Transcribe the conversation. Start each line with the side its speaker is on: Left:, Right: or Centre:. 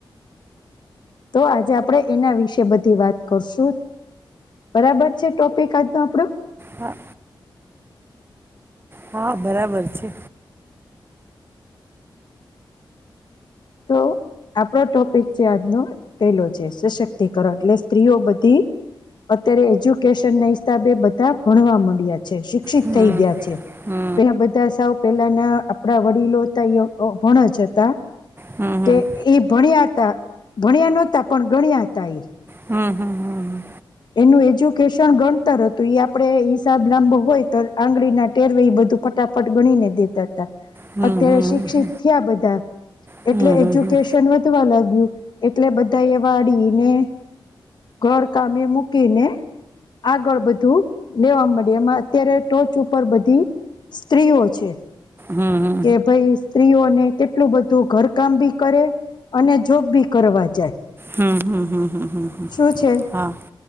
Left: તો આજે આપણેે એના વિશે બધી વાત કરશું. બરાબર છે, ટોપિક આજનો આપણો.
Right: હા હા, બરાબર છે.
Left: તો આપડો ટોપિક છે આજનો પેલો છે, સશક્તિકરણ એટલે સ્ત્રીઓ બધી અત્યારે એજ્યુકેશન ના હિસાબે બધા ભણવા મડ્યા. છે શિક્ષિત
Right: હમ
Left: થઈ ગયા છે.
Right: હમ
Left: પેલા બધા સાવ પેલાના આપડા વડીલો હતા એ અભણ જ હતા.
Right: હમ હમ
Left: કે ઈ ભણ્યા હતા, ભણ્યા નોતા પણ ગણ્યા હતા ઈ.
Right: હમ હમ હમ
Left: એનું એજ્યુકેશન ગણતર હતુ. તો ઈ આપડે હિસાબ લાંબો હોય. પણ આંગળીના ટેરવે એ બધું ફટાફટ ગણીને દેતા.
Right: હમ હમ હમ
Left: અત્યારે શિક્ષિત
Right: હમ
Left: થયા બધા
Right: હમ
Left: એટલે
Right: હમ
Left: એજ્યુકેશન વધવા લાગ્યું. એટલે બધા એ વાળીને, ઘર, કામે મૂક કીને આગળ બધું લેવા મડયા. એમાં અત્યારે ટોચ ઉપર બધી સ્ત્રીઓ છે
Right: હમ
Left: કે ભાઈ, સ્ત્રીઓને એટલું બધું ઘરકામ બી કરે અને જોબ બી કરવા જ.
Right: હમ હમ હમ
Left: શું છે
Right: હા.